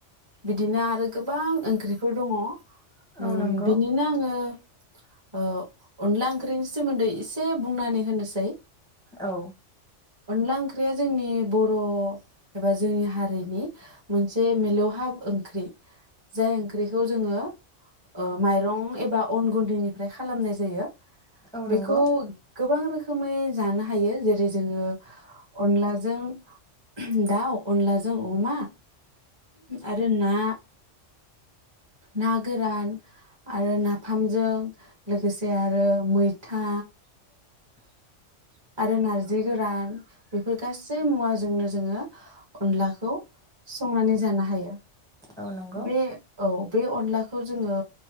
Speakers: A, on the right (about 25°); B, in the centre.
A: बिदिनो आरो गोबां ओंख्रिफोर दङ उम
B: औ नंगौ
A: बिनिनो आङो ओ अनला ओंख्रिनि सोमोन्दै एसे बुंनानै होनोसै
B: औ
A: अनला ओंख्रिया जोंनि बर' एबा जोंनि हारिनि मोनसे मिलौहाब ओंख्रि जाय ओंख्रिखौ जोङो ओ माइरं एबा अन गुन्दैनिफ्राय खालामनाय जायो।
B: औ
A: बेखौ
B: नंगौ
A: गोबां रोखोम रोखोमै जानो हायो जेरै जोङो अनलाजों दाउ अनलाजों अमा आरो ना ना गोरान आरो नाफामजों लोगोसे आरो मैथा
B: <inaudible>
A: आरो नारजि गोरान बेफोर गासै मुवाजोंनो जोङो अनलाखौ संनानै जानो हायो
B: औ नंगौ
A: बे औ बे अनला खौ जोङो